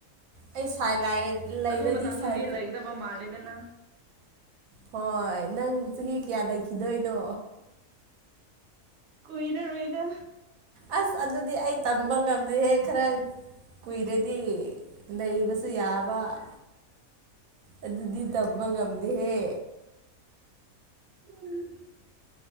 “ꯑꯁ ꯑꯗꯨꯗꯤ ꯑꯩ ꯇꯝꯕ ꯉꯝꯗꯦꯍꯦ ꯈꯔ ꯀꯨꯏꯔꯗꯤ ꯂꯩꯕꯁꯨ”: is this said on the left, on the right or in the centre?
Right